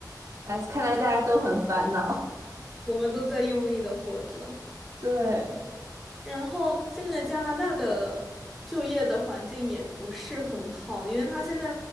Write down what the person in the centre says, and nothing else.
我们都在用力的活着。
然后现在加拿大的就业的环境也不是很好，因为他现在